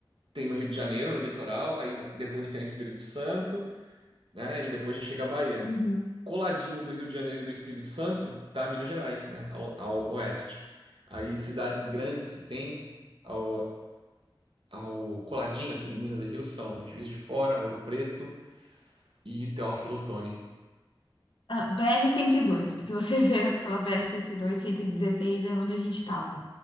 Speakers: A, on the right; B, on the left.
A: tem o Rio de Janeiro no litoral, aí vai- depois tem o Espírito Santo, né? E depois já chega a Bahia.
B: Uhum.
A: Coladinho do Rio de Janeiro e do Espírito Santo, tá Minas Gerais, né? Ao, ao oeste. Aí cidades grandes que tem ao, ao coladinho aqui em Minas e Rio são Juiz de Fora, Ouro Preto. e Teófilo Otoni.
B: Ah, BR-102. Se você <laughs> ver pela BR-102, 116 é onde a gente tava.